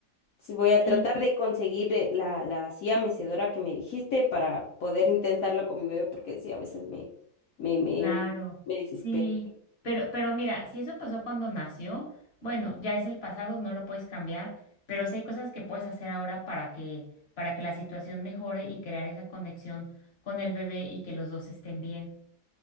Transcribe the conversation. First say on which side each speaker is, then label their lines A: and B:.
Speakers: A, on the left; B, on the left.
A: sí voy a
B: Sí,
A: tratar de conseguir eh, la, la silla mecedora que me dijiste para poder intentarlo con mi bebé, porque sí, a veces me, me, me,
B: Claro,
A: me desespero.
B: sí, pero, pero mira, si eso pasó cuando nació, bueno, ya es el pasado, no lo puedes cambiar, pero sí hay cosas que puedes hacer ahora para que, para que la situación mejore y crear esa conexión con el bebé y que los dos estén bien.